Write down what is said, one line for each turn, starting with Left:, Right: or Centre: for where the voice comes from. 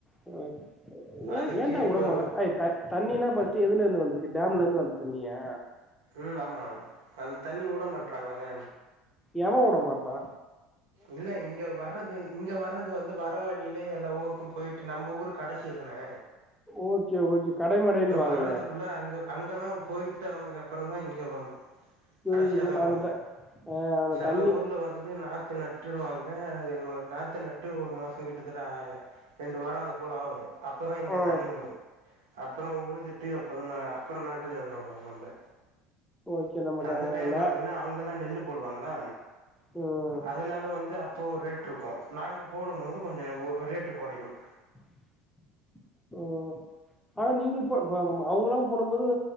Centre: ஹ ஏன்
Right: அதுக்கே
Centre: ஏன்டா வுட
Right: இப்போ
Centre: மாட்டிங்குறாங்க எய் தண்ணி தண்ணினா பர்ஸ்ட் எதுல இருந்து வந்துச்சு டேம்ல இருந்து வந்த தண்ணியா
Right: உம் ஆமா அந்த தண்ணி வுட மாட்டறாங்களே
Centre: எவவுட மாட்றா
Right: இல்ல இங்க வறது இங்க வறது வந்து வரவழி யில எல்லா ஊருக்கு போயிட்டு நம்ம ஊருக்கு கடைசியில்ல தான
Centre: ஓகே ஓகே கடைமடைன்னு வாங்களே
Right: வர்றதுக்குள்ள அங்க அங்கெல்லா போய்ட் வந்ததுக்கப்பறோ தா இங்கே வரும்
Centre: இது
Right: கடைசியா
Centre: இது
Right: தான்
Centre: அந்த
Right: வரும்
Centre: த அந்த
Right: சில
Centre: தண்ணி
Right: ஊர்ல வந்து நாத்து நட் வாங்க அது ஒரு நாத்து நட்டு ஒரு மாசோ கிட்டத்தட்ட ரெண்டு வாரம் அது போல ஆகு அப்போ தா இங்கே
Centre: ஆ
Right: தண்ணி வரும் அப்றோ உழுதுட்டு அப்புறோ நா அப்றோ நாட்டு நறுடுவோம் நம்ம
Centre: ஓகே நம்ம
Right: அந்த
Centre: ந
Right: டைம்
Centre: நல்ல
Right: பாத்தீங்கன்னா அவங்கல்லா நெல்லு போடுவாங்களா
Centre: ம்
Right: அதனால வந்து அப்போ ஒரு ரேட் இருக்கு நாங்க போடும் போது கொஞ்சோ ரெட்டு குறையும்
Centre: <inaudible> ஓ ஆனா நீங்க இப்ப அவங்கல்லா போடும்போது